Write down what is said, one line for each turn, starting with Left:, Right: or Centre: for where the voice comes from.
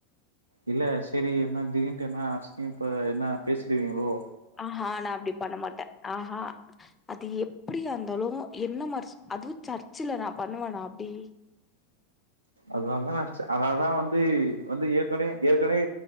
Right: இல்ல செரி என்ன திடீன்ட்டு என்னா சரின் இப்ப என்னா பேசிருவீங்களோ
Left: ஆ ஹா நா அப்டி பண்ண மாட்டே ஆ ஹா அது எப்டியா இருந்தாலு என்ன மார்ச் அதுவு சர்ச்சுல நா பண்ணுவனா அப்டி
Right: அதனால்தா நா அட்ச்சே அதாதா வந்து வந்து ஏற்கனே ஏற்கனே